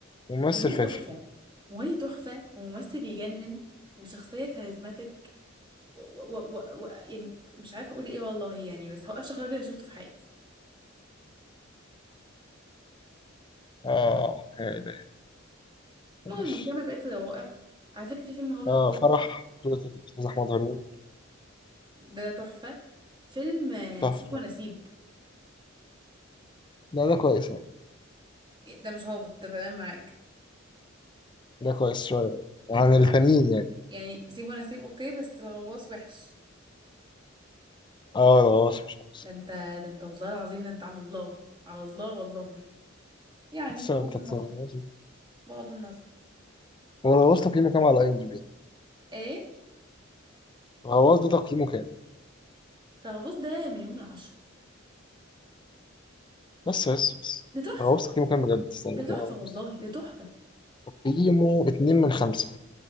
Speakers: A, on the left; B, on the right.
A: وممثل
B: مغني
A: فاشل
B: تحفة مغني تحفة وممثل يجنن وشخصية كاريزماتيك و... و... و... و... يعني مش عارفة اقول ايه والله يعني بس هو افشخ راجل انا شفته في حياتي
A: اه يا إلهي
B: المهم
A: ماشي
B: نكمل بقية الروائع على فكرة في فيلم هابط
A: اه
B: برضه
A: فرح بطولة الأستاذ أحمد هارون
B: ده تحفة فيلم آه،
A: تحفة
B: سيب ونسيب
A: لا ده كويس يعني
B: ده مش هابط ده تمام معاك
A: ده كويس شوية
B: ده
A: عن
B: انت
A: التانيين يعني
B: يعني سيب وانا سيب اوكي بس الغواص وحش
A: اه الغواص مش أحسن.
B: ده انت ده انت والله العظيم ده انت على الله على الله والله يعني
A: بس
B: بغض
A: أنت
B: النظر
A: تتفرج.
B: بغض النظر
A: هو الغواص تقييمه كام على اي ام دي بي؟
B: ايه
A: الغواص ده تقييمه كام؟
B: الغواص ده مليون من عشرة
A: بس بس بس
B: ده تحفة
A: غوصت تقييمه كام بجد استنى
B: ده
A: كده
B: تحفة والله
A: بس
B: ده تحفة
A: تقييمه اتنين من خمسة